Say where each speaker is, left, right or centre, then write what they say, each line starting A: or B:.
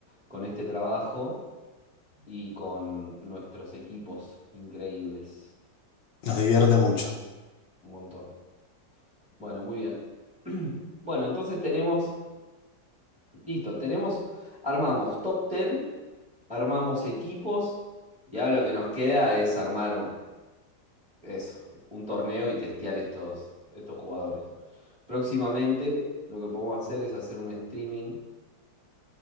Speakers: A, in the centre; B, on the left (about 70°).
A: con este trabajo y con nuestros equipos increíbles.
B: Nos divierte mucho.
A: Un montón. Bueno, muy bien. <clears throat> Bueno, entonces tenemos, listo, tenemos, armamos top 10, armamos equipos y ahora lo que nos queda es armar eso, un torneo y testear estos, estos jugadores. Próximamente lo que podemos hacer es hacer un streaming